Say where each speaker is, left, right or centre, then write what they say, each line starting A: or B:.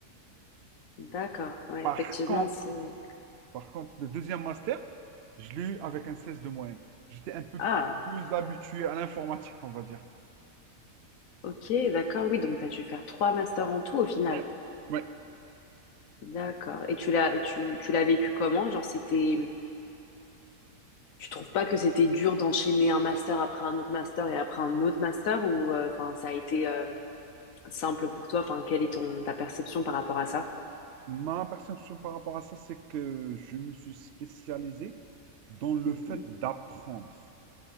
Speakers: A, on the left; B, on the right.
A: D'accord. Ouais,
B: Par
A: effectivement,
B: contre,
A: c'est...
B: par contre, le deuxième master, je l'ai eu avec un 16 de moyenne. J'étais un peu
A: Ah,
B: plus habitué à l'informatique, on va dire.
A: ok, d'accord. Oui, donc, t'as dû faire trois masters en tout au final.
B: Ouais, ouais.
A: D'accord. Et tu l'as, tu, tu l'as vécu comment? Genre, c'était, tu trouves pas que c'était dur d'enchaîner un master après un autre master et après un autre master ou, euh, enfin, ça a été euh, simple pour toi? Enfin, quelle est ton ta perception par rapport à ça?
B: Ma perception par rapport à ça, c'est que je me suis spécialisé dans le
A: Mhm.
B: fait d'apprendre.